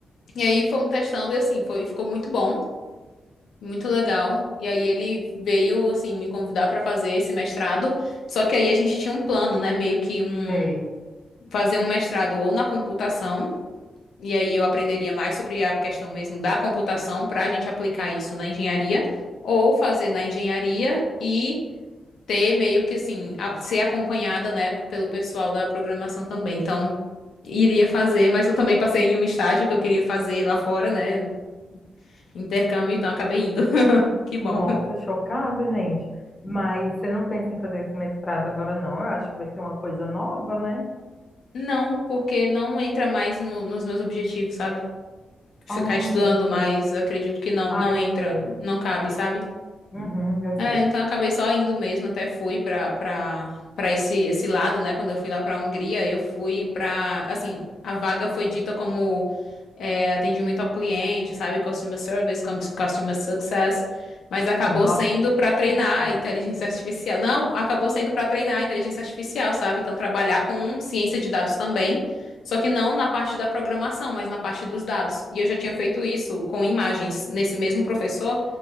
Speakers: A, on the left; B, on the left.
A: E aí fomos testando e assim, foi, ficou muito bom. Muito legal. E aí ele veio assim me convidar para fazer esse mestrado, só que aí a gente tinha um plano, né, meio que um
B: sei.
A: fazer um mestrado ou na computação, e aí eu aprenderia mais sobre a questão mesmo da computação para a gente aplicar isso na engenharia, ou fazer na engenharia e ter meio que assim, a- ser acompanhada, né, pelo pessoal da programação também. Então, iria fazer, mas eu também passei em um estágio que eu queria fazer lá fora, né, intercâmbio, então acabei indo. <laughs> Que bom.
B: Nossa, chocada, gente. Mas você não pensa em fazer esse mestrado agora, não? Eu acho que vai ser uma coisa nova, né?
A: Não, porque não entra mais no- nos meus objetivos, sabe? Ficar
B: Ah,
A: estudando
B: meu Deus.
A: mais, acredito que não,
B: Ah,
A: não
B: eu
A: entra,
B: sei.
A: não cabe, sabe?
B: Uhum, eu
A: É,
B: sei.
A: então eu acabei só indo mesmo, até fui pra para para esse esse lado, né? Quando eu fui lá pra Hungria, eu fui pra, assim, a vaga foi dita como é, atendimento ao cliente, sabe? Customer service, cum- customer success, mas acabou
B: Nossa,
A: sendo
B: que
A: pra
B: chique.
A: treinar a inteligência artificial. Não, acabou sendo pra treinar a inteligência artificial, sabe? Então trabalhar com ciência de dados também, só que não na parte da programação, mas na parte dos dados. E eu já tinha feito isso com imagens nesse mesmo professor.